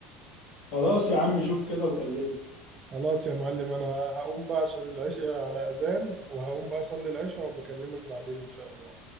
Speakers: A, on the left; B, on the right.
A: خلاص يا عم شوف كده وكلمني
B: خلاص يا معلم انا هقوم بقى عشان العشاء على اذان وهقوم بقى اصلي العشاء وبكلمك بعدين ان شاء الله